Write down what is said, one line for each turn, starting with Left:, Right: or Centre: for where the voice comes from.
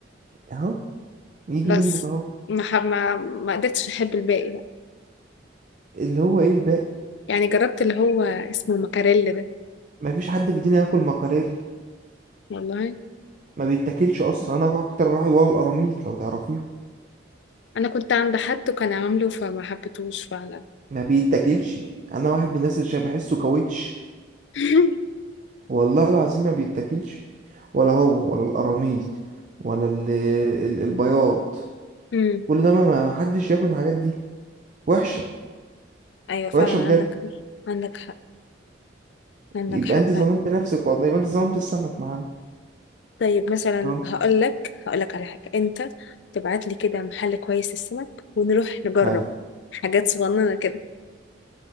Right: اهو يجي
Left: بس
Right: منك اهو
Left: ما حب ما, ما قدرتش أحب الباقي بقى
Right: اللي هو ايه الباقي
Left: يعني جربت اللي هو اسمه مكاريل ده
Right: مفيش حد في الدنيا ياكل مكاريل
Left: والله
Right: ما بيتاكلش اصلا انا اكتر واحد ورا القراميط لو تعرفيه
Left: أنا كنت عند حد وكان عامله فما حبيتهوش فعلا
Right: ما بيتاكلش انا واحد من الناس اللي شبه بحسه كاوتش
Left: <laughs>
Right: والله العظيم ما بيتاكلش ولا هو ولا القراميط ولا ال- ال- البياض
Left: أمم،
Right: كل ده ما ما حدش ياكل الحاجات دي وحشة
Left: أيوة فعلا
Right: وحشة بجد
Left: عندك عندك حق عندك
Right: يبقى
Left: حق
Right: انت
Left: فعلا
Right: ظلمت نفسك والله يبقى انت ظلمت السمك معانا
Left: طيب مثلا
Right: ظلمت
Left: هقول لك هقول لك على حاجة انت تبعت لي كده محل كويس للسمك ونروح نجرب
Right: حلو
Left: حاجات صغننة كده